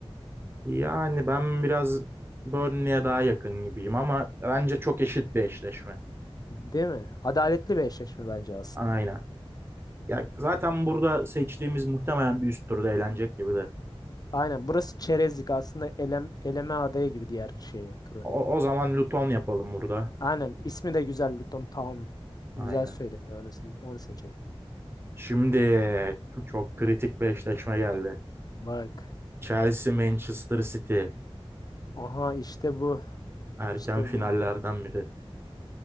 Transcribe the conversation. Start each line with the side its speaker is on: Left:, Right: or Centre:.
Right: Yani ben biraz Burnley'e daha yakın gibiyim ama bence çok eşit bir eşleşme.
Left: Değil mi? Adaletli bir eşleşme bence aslında.
Right: Aynen. Ya zaten burada seçtiğimiz muhtemelen bir üst turda eğlenecek gibi de.
Left: Aynen burası Çerezlik aslında elem, eleme adayı gibi diğer şey turu.
Right: O, o zaman Luton yapalım burada.
Left: Aynen ismi de güzel Luton Town.
Right: Aynen.
Left: Güzel söyleniyor onu, onu seçelim.
Right: Şimdi çok kritik bir eşleşme geldi.
Left: Bak.
Right: Chelsea Manchester City
Left: Aha işte bu.
Right: erken
Left: İşte
Right: finallerden
Left: bu.
Right: biri.